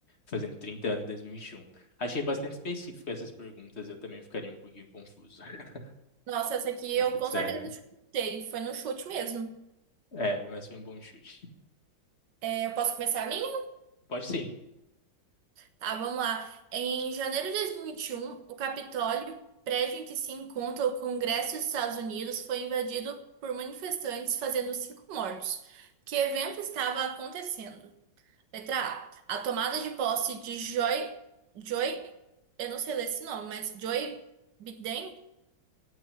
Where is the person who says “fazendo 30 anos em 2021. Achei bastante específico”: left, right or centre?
Left